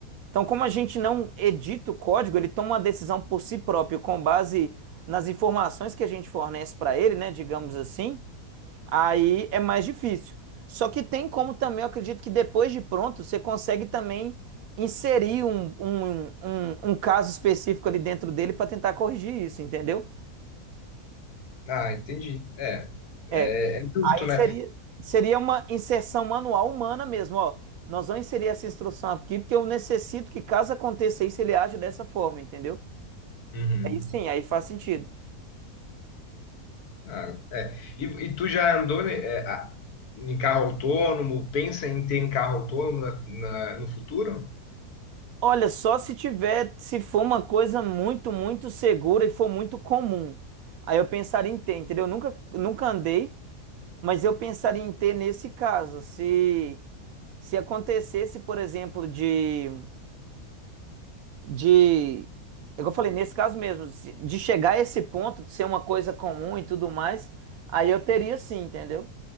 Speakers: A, on the right; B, on the left.
A: Então, como a gente não edita o código, ele toma uma decisão por si próprio com base nas informações que a gente fornece para ele, né? Digamos assim. Aí é mais difícil. Só que tem como também, eu acredito que depois de pronto, você consegue também inserir um, um, um, um um caso específico ali dentro dele para tentar corrigir isso, entendeu?
B: Ah, entendi. É,
A: É.
B: é, é justo,
A: Aí
B: né?
A: seria, seria uma inserção manual humana mesmo, ó. Nós vamos inserir essa instrução aqui porque eu necessito que caso aconteça isso, ele aja dessa forma, entendeu?
B: Uhum.
A: Aí sim, aí faz sentido.
B: Ah, é. E, e tu já andou, né, é, a- em carro autônomo? Pensa em ter um carro autônomo na- na- no futuro?
A: Olha, só se tiver, se for uma coisa muito, muito segura e for muito comum. Aí eu pensaria em ter, entendeu? Eu nunca, nunca andei, mas eu pensaria em ter nesse caso. Se, se acontecesse, por exemplo, de, de, igual eu falei, nesse caso mesmo, se- de chegar a esse ponto, de ser uma coisa comum e tudo mais, aí eu teria sim, entendeu?